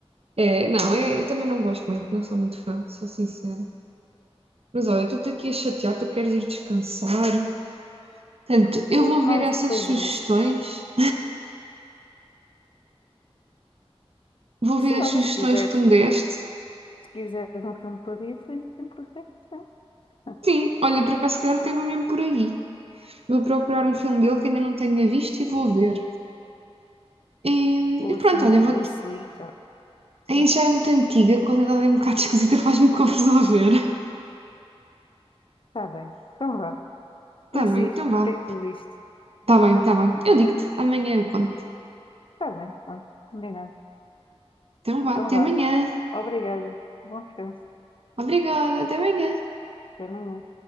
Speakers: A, on the right; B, on the left.
A: É, não, é, eu também não gosto muito, não sou muito fã, sou sincera. Mas olha, eu estou-te aqui a chatear, tu queres ir descansar. Portanto, eu
B: É
A: vou
B: mais
A: ver essas
B: coisa,
A: sugestões,
B: mas.
A: vou
B: Sim,
A: ver as
B: olha,
A: sugestões
B: se quiseres,
A: que tu
B: se
A: me deste.
B: quiseres um filme para rir, tens sempre feito. <laughs>
A: Sim, olha, por acaso, se calhar teve mesmo por aí. Vou procurar um filme dele que ainda não tenha visto e vou ver. E,
B: Ou
A: e
B: os
A: pronto,
B: filmes
A: olha,
B: do
A: vou
B: Bruce
A: te...
B: Lee, já.
A: aí
B: <laughs>
A: já é muito antiga, a qualidade é um bocado <laughs> esquisita, faz-me confusão ver.
B: Está bem. Então vá.
A: Tá
B: Depois
A: bem,
B: diz
A: então
B: o
A: vá.
B: que é que tu viste.
A: Tá bem, tá bem. Eu digo-te, amanhã eu conto.
B: Está bem, pronto. Combinado.
A: Então vá,
B: Então
A: até
B: vá.
A: amanhã.
B: Obrigada. Bom descanso.
A: Obrigada, até amanhã.
B: Até amanhã.